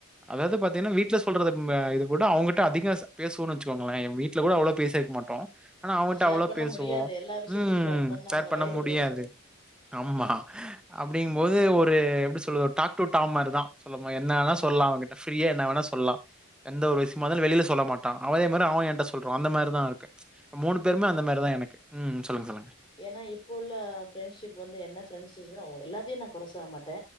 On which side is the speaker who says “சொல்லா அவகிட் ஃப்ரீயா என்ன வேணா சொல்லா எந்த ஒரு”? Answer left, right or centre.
Centre